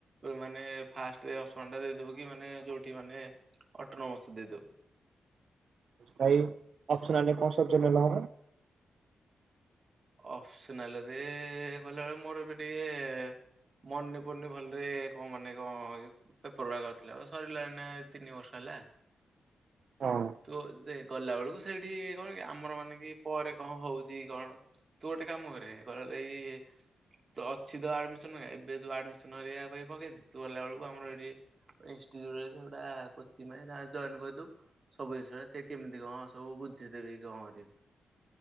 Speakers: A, on the right; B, on the right.
A: ମାନେ ଫାଷ୍ଟରେ ଅପସନ ଟା ଦେଇଦବୁ କି ମାନେ ଯୋଉଠି ମାନେ ଅଟନମସ ଦେଇଦବୁ।
B: ଭାଇ ଅପସନାଲ ରେ କଣ ସବଜେକ୍ଟ ନେଲେ ହବ?
A: ଅପସନାଲରେ କଲା ବେଳେ ମୋର ଏବେ ଟିକେ ମନେ ପଡୁନି ଭଲରେ କଣ ମାନେ କଣ ଇଏକୁ ପେପର ବା କରିଥିଲା ଓ ସରିଲାଣି ନାଁ ଏ ତିନି ବର୍ଷ ହେଲା।
B: ହଁ।
A: ତୁ ଦେ ଗଲା ବେଳକୁ ସେଇଠି କଣ କି ଆମର ମାନେ କି ପରେ କଣ ହଉଛି କି କଣ? ତୁ ଗୋଟେ କାମ କରେ ଗ ଏଇ ତ ଅଛି ତ ଆଡମିସନ ଏବେ ତୁ ଆଡମିସନ କରିବା ପାଇଁ ପକେଇ ଥିଲି ତୁ ଗଲା ବେଳକୁ ଆମର ଏଇଠି ଇନଷ୍ଟିଚ୍ୟୁଟରେ ସେଗୁଡ଼ା କୋଚିଙ୍ଗ ପାଇଁ ତାଙ୍କୁ କରିଦବୁ। ସବୁ ଜିନଷରେ ସେ କେମିତି କଣ ସବୁ ବୁଝିଦେବେ କି କଣ କରିବେ।